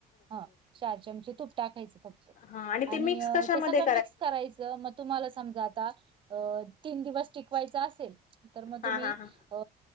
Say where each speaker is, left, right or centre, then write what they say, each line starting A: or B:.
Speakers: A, on the right; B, on the left.
A: हा चार चमचे तुप टाकायच फक्त
B: हा
A: आणि
B: ते मिक्स कशामध्ये
A: ते सगळं मिक्स करायचं मग तुम्हाला समजा आता तीन दिवस टिकवायचा असेल तर मग
B: हा
A: तुम्ही
B: हा हा
A: अ